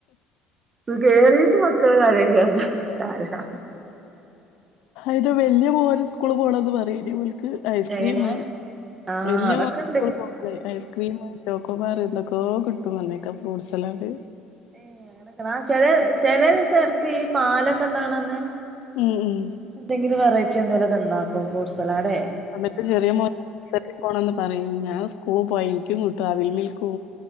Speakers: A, on the right; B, on the left.
A: സുഖ ഏറിട്ട് മക്കള് <unintelligible>
B: ന്റെ വല്യ മോന് സ്കൂളി പോണെ എന്തിനറിയോ മിൽ ഐസ്ക്രീം
A: എങ്ങനെ ആഹ്
B: വല്യ
A: അതൊക്കെ
B: മോന്
A: ഉണ്ട്
B: സ്കൂളി പോണ് ഐസ്ക്രീം ചക്കമാറി എന്തൊക്കെയോ കിട്ടും എന്നത്തീറ്റ ഫ്രൂട്ട്സലാഡ്
A: ഏയ് അങ്ങനെക്കണ ചില ചില ദിവസം എടുക്ക് ഈ പാലൊക്കെ ഉണ്ടാണന്ന്
B: ഉം ഉം
A: എന്തെങ്കിലും വെറൈറ്റി എന്തെലിലൊക്കെ ഉണ്ടാക്കോ ഫ്യുട്സ്ട്സലാടെ
B: റ്റ ചെറിയെറ പോണന്ന് പറയും ഞാൻ സ്കൂൾ പോയ എനിക്കും കിട്ടും അൽമൽക്കൂ